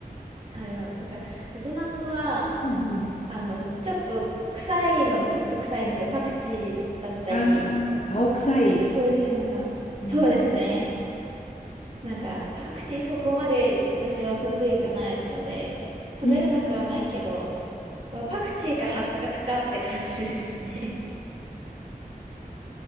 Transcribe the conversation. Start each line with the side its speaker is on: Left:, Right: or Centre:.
Right: 台湾。なんかベトナムは
Left: うんうん。
Right: あの、ちょっと臭いのはちょっと臭いですよ。パクチーだったり、
Left: ああ、青臭い。
Right: そういうのが。
Left: うん。
Right: そうですね。なんか、パクチーそこまで私は得意じゃないので、食べれなくはないけど、
Left: うん。
Right: まあパクチーか八角かって感じですね。